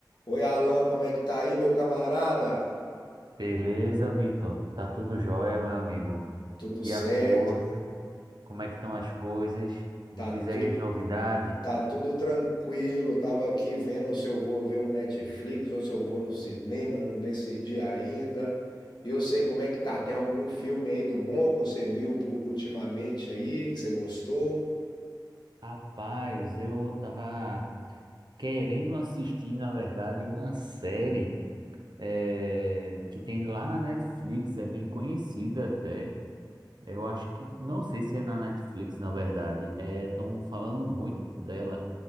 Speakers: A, on the left; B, on the right.
A: Oi, Alan, como é que tá aí, meu camarada?
B: Beleza, Vitor? Tá tudo jóia, meu amigo.
A: Tudo certo?
B: E a força? Como é que estão as coisas? Me
A: Tá
B: diz
A: tudo,
B: aí as novidades.
A: tá tudo tranquilo. Tava aqui vendo se eu vou ver um Netflix ou se eu vou no cinema, não decidi ainda. E eu sei como é que tá? Tem algum filme aí do bom que você viu pu- ultimamente aí, que você gostou?
B: Rapaz, eu tava querendo assistir, na verdade, uma série eh, que tem lá na Netflix, é bem conhecida até. Eu acho que, não sei se é na Netflix, na verdade. Estão falando muito dela,